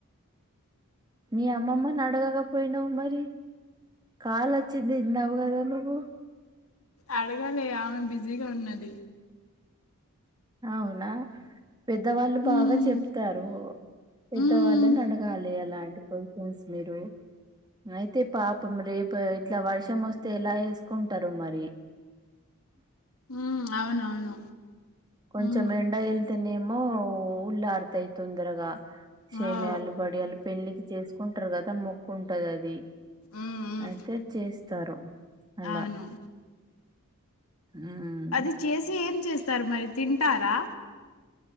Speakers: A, on the right; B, on the left.
A: మీ అమ్మమ్మని అడగకపోయినావ మరి కాల్ వచ్చింది ఇన్నావు కదా నువ్వు
B: అడగాలి ఆమె బిజీగా ఉన్నది
A: అవునా పెద్దవాళ్ళు
B: మ్మ్
A: బాగా చెప్తారు పెద్దవాళ్ళని
B: మ్మ్
A: అడగాలి అలాంటి బై చాన్స్ మీరు అయితే పాపం రేపు ఇట్లా వర్షం వస్తే ఎలా చేసుకుంటారో మరి అ
B: ఉ అవునవును
A: కొంచెం
B: మ్మ్
A: ఎండ వెళ్తేనేమో ఉల్లారుతాయి తొందరగా
B: మ్మ్
A: సేమియాలు వడియాల పిండికి చేసుకుంటారు కదా మొక్కు ఉంటది అది
B: మ్మ్
A: అయితే చేస్తారు అలా
B: అవును
A: ఉమ్
B: అది చేసి ఏం చేస్తారు మరి తింటారా